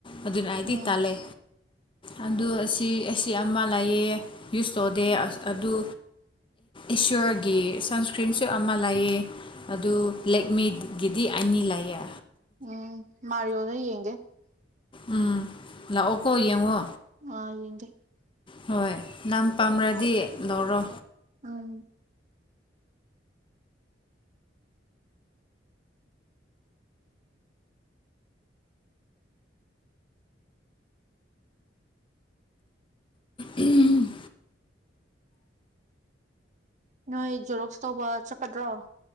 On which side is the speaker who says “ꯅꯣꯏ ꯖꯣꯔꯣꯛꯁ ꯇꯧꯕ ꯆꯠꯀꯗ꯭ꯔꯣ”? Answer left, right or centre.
Right